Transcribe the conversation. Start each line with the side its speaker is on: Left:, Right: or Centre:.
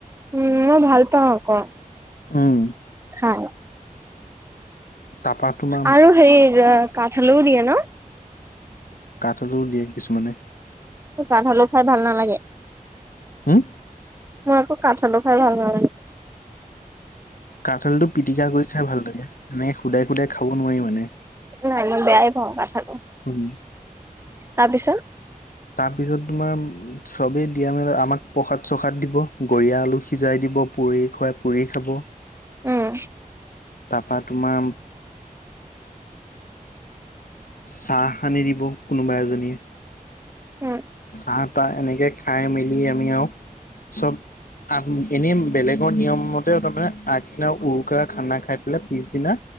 Right: উমই ভাল পাওঁ আকৌ
Left: উম
Right: খাই
Left: তাৰপা তোমাৰ
Right: আৰু হেৰি কাঠ আলুও দিয়ে ন
Left: কাঠ আলু দিয়ে কিছুমানে
Right: কাঠ আলু খাই ভাল নালাগে।
Left: উম,
Right: মোৰ একো কাঠ আলু খাই ভাল লাগে।
Left: কাঠ আলু টো পিটিকা কৰি খাই ভাল লাগে এনেকে সুদাই শুদাই খাব নোৱাৰিম মানে
Right: নাই নাই বেয়াই পাওঁ কথাটো
Left: উম
Right: তাৰপিছত
Left: তাৰপিছত তোমাৰ চবেই দিয়া মেলে আমাক প্ৰসাদ চসাদ দিব গৰিয়া আলু সিজাই দিব পুৰি খুৱাই পুৰি খাব
Right: উম
Left: তাৰপা তোমাৰ চাহ সানি দিব কোনোবা এজনীয়ে
Right: উম
Left: চাহ তাহ এনেকৈ খাই মেলি আমি আৰু চব আ এনেই বেলেগৰ নিয়মতে তাৰমানে আগদিনা উৰুকাৰ খানা খাই পেলাই পিছদিনা